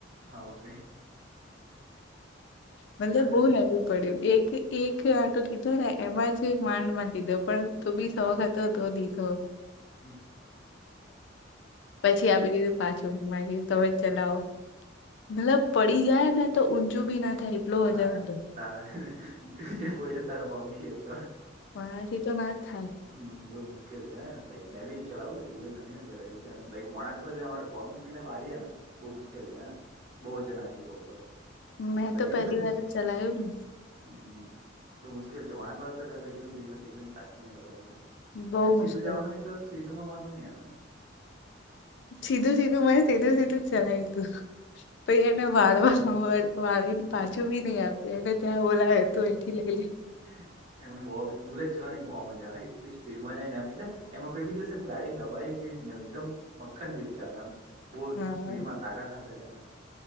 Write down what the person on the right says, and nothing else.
આ વડી
ની
હમ.
હા
તારા તજ બઈટ તારા પગ ઘીસ.
હમ બઉુ મુશ્કેલ છે લક મે બી ચલાવ બુલેટ ઘણી ચલાવય્યું છે લાઈક વણાક પર. પગ મૂકીને વારીએે ને બહુ મુશ્કેલ છે હને બહુ વજન આવીે પગ પર.
લાઈક
એમ
એટલે મુશ-
હમ બહુ મુશ્કેલ છે વણાંક વાર તો એકદમ ધીમેથી એકદમ સાચવીને કરો પડે.
એમ
સીધું જવાનું હોય તો સીધું માં વાંધો નહીિ આવે.
હમ.
હા. એમાં બહુ બુલેટ ચલાવાની બહુ મજા હ એટલી સ્પીડમાં જાય ને એમ એટલે એમાંવીી જશે એમ ગાડી દબાઈ જઈ. જેમ એકદમ મક્્ખન જેવી ચાલે એમ બહુ
સ્પીડમાં તાકા થાંધા ચાલે.